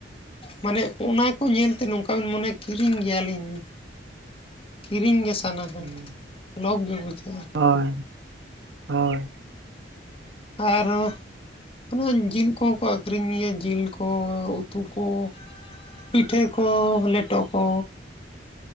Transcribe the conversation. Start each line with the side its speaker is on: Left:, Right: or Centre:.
Left: ᱢᱟᱱᱮ ᱚᱱᱟ ᱠᱚ ᱧᱮᱞ ᱛᱮ ᱱᱚᱝᱠᱟ ᱵᱤᱱ ᱢᱚᱱᱮ ᱠᱤᱨᱤᱧ ᱜᱮᱭᱟ ᱞᱤᱧ ᱠᱤᱨᱤᱧ ᱜᱮ ᱥᱟᱱᱟ ᱠᱚᱣᱟ
Right: ᱦᱩᱸ
Left: ᱞᱚᱵᱽ ᱜᱮ ᱵᱩᱡᱷᱟᱹᱜᱼᱟ᱾
Right: ᱦᱳᱭ ᱦᱳᱭ
Left: ᱟᱨᱚᱻ ᱚᱱᱟ ᱡᱤᱞ ᱠᱚ ᱦᱚᱸ ᱠᱚ ᱟᱹᱠᱷᱨᱤᱧ ᱜᱮᱭᱟ ᱡᱤᱞ ᱠᱚ ᱩᱛᱩ ᱠᱚ᱾ ᱯᱤᱴᱷᱟᱹ ᱠᱚ ᱞᱮᱴᱚ ᱠᱚ